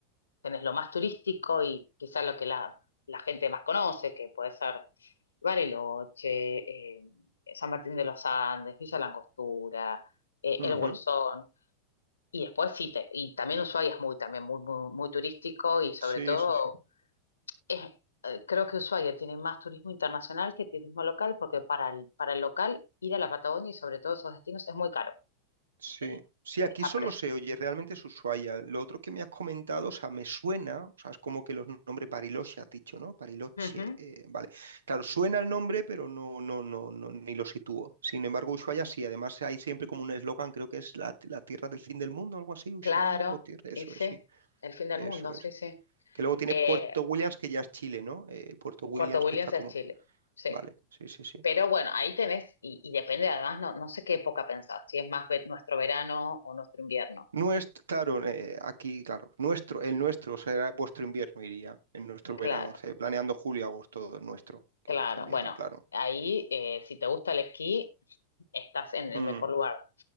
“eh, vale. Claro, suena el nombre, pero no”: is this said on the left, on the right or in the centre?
Right